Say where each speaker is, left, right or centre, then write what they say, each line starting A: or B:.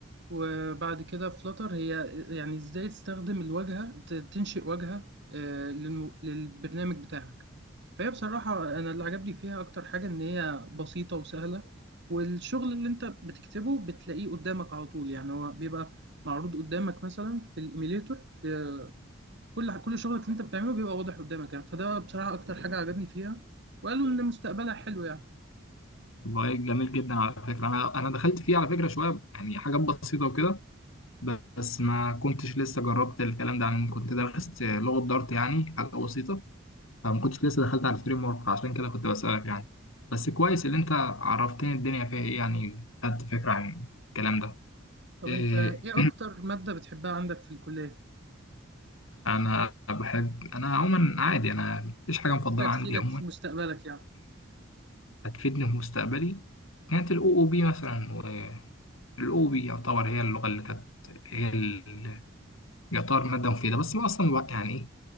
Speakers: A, on the right (about 60°); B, on the left (about 85°).
A: وبعد كده فلتر هي يعني ازاي تستخدم الواجهة ت- تنشئ واجهة آه، للمو- للبرنامج بتاعك فهي بصراحة أنا اللي عجبني فيها أكتر حاجة إن هي بسيطة وسهلة والشغل اللي أنت بتكتبه بتلاقيه قدامك على طول يعني هو بيبقى معروض قدامك مثلا في الإيميليتور ب- كل كل شغلك اللي أنت بتعمله بيبقى واضح قدامك يعني فده بصراحة أكتر حاجة عجبني فيها وقالوا إن مستقبلها حلو يعني
B: والله جميل جدا على فكره انا انا دخلت فيه على فكره شويه يعني حاجات بسيطه وكده بس ما كنتش لسه جربت الكلام ده يعني كنت درست لغة دارت يعني حاجة بسيطة فما كنتش لسه دخلت على الفريم ورك فعشان كده كنت بسألك يعني بس كويس اللي انت عرفتني الدنيا فيها ايه يعني خدت فكرة عن الكلام ده
A: طب
B: إيه
A: أنت إيه أكتر مادة بتحبها عندك في الكلية
B: انا بحب انا عموما عادي انا مفيش حاجة
A: اللي
B: مفضلة
A: حاسسها تفيدك
B: عندي عموما
A: في مستقبلك يعني
B: <clears throat> هتفيدني في مستقبلي كانت الاو او بي مثلا والاو بي يعتبر هي اللغة اللي كانت هي ال- يعتبر مادة مفيدة بس ما اصلا يعني